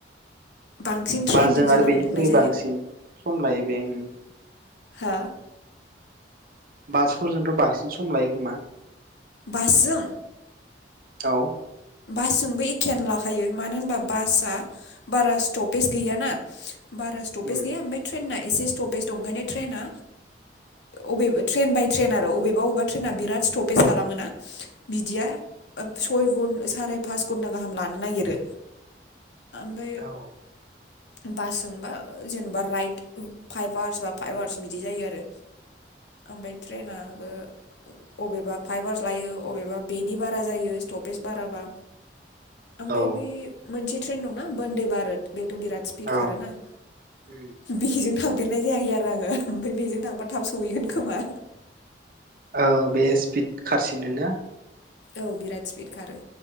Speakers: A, on the left; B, on the right.
A: बांसिन ट्रेनजोंसो
B: बासजों आरो
A: थांनाय
B: बेनिख्रुइ
A: जायो
B: बांसिन समलायो बेहाय
A: हा।
B: बासफोरजोंथ' बांसिन सम लायो खोमा
A: बासजों
B: औ।
A: बासजोंबो एखेयानो लाखायो मानो होनबा बासआ बारा स्टपेज गैयाना बारा स्टपेज
B: उम
A: गैया ओमफ्राय ट्रेन ना एसे स्टपेज दं ओंखायनो ट्रेना अबेबा ट्रेन बाय ट्रेन आरो अबेबा अबेबा ट्रेना बिराद स्टपेज खालामोना बिदिया सयगुन साराय पास घन्टा गाहाम लानो नागिरो ओमफ्राय
B: औ
A: बासजोंबा जेनेबा राइट फाइभ आवार्स बा फाइभ आवार्स बिदि जायो आरो ओमफ्राय ट्रेनाबो अबेबा फाइभ आवार्स लायो अबेबा बेनि बारा जायो स्टपेज बाराबा ओफ्राय
B: औ
A: बे मोनसे ट्रेन दंना बन्दे भारत बेथ बिराद स्पिड
B: औ
A: खारोना
B: उम
A: बेजों थां देरनाय जायाखै आरो आङो ओमफ्राय बेजों थांबा थाब सहैगोन खोमा
B: औ बे स्पिड खारसिनोना
A: औ बिराद स्पिड खारो